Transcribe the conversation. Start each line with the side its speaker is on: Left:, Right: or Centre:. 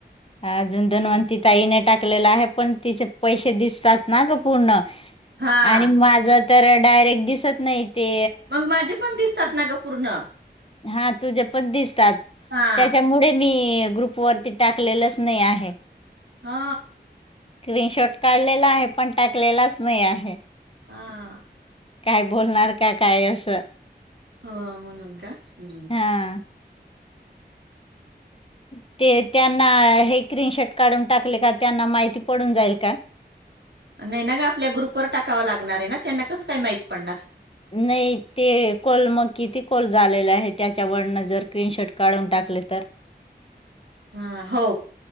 Left: अजून धन्वंती ताईने टाकलेला आहे पण तिचे पैसे दिसतात ना ग पूर्ण
Right: हा
Left: आणि माझ तर डायरेक्ट दिसत नाही ते
Right: मग माझे पण दिसतात ना ग पूर्ण
Left: हा तुझ्या पण दिसतात.
Right: हा
Left: त्याच्यामुळे मी ग्रुप वरती टाकलेलंच नाही आहे
Right: हा
Left: स्क्रीनशॉट काढलेला आहे पण टाकलेलाच नाही आहे
Right: हा
Left: काय बोलणार का काय असं
Right: हो म्हणून का.. ह
Left: हां. <unintelligible> ते त्यांना हे स्क्रीनशॉट काढून टाकले का त्यांना माहिती पडून जाईल का?
Right: नाही ना ग आपल्या ग्रुपवर टाकावंलागणार आहे, ना त्यांना कस काय माहित पडणार?
Left: नाही ते कॉल मग किती कॉल झालेला आहे? त्याच्यावरन जर स्क्रीनशॉट काढून टाक लेतार
Right: हा हो